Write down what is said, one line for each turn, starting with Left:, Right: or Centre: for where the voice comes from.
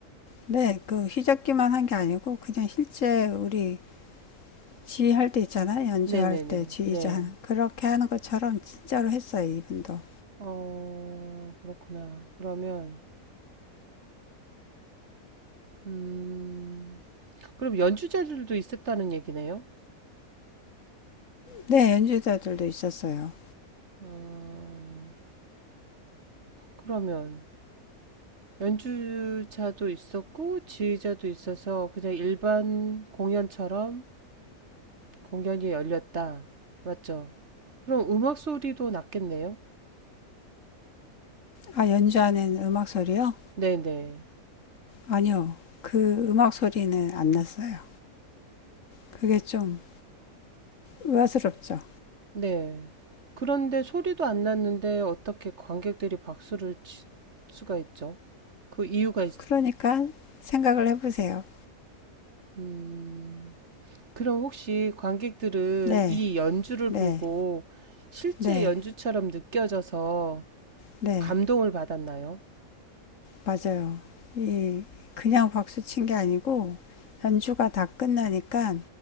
Left: 네. 그 휘잡기만 한 게 아니고 그냥 실제 우리 지휘할 때 있잖아요. 연주할
Right: 네네네.
Left: 때 지휘자
Right: 네.
Left: 하는 그렇게 하는 것처럼 진짜로 했어요. 이분도.
Right: 어, 그렇구나. 그러면 음, 그럼 연주자들도 있었다는 얘기네요?
Left: 네, 연주자들도 있었어요.
Right: 어, 그러면 연주자도 있었고 지휘자도 있어서 그냥 일반 공연처럼 공연이 열렸다. 맞죠? 그럼 음악 소리도 났겠네요?
Left: 아, 연주 안에는 음악 소리요?
Right: 네네.
Left: 아니요. 그 음악 소리는 안 났어요. 그게 좀 의아스럽죠.
Right: 네. 그런데 소리도 안 났는데 어떻게 관객들이 박수를 칠 수가 있죠? 그 이유가 있...
Left: 그러니까 생각을 해보세요.
Right: 음, 그럼 혹시 관객들은
Left: 네,
Right: 이 연주를
Left: 네,
Right: 보고 실제
Left: 네.
Right: 연주처럼 느껴져서
Left: 네,
Right: 감동을 받았나요?
Left: 맞아요. 이 그냥 박수 친 게 아니고 연주가 다 끝나니까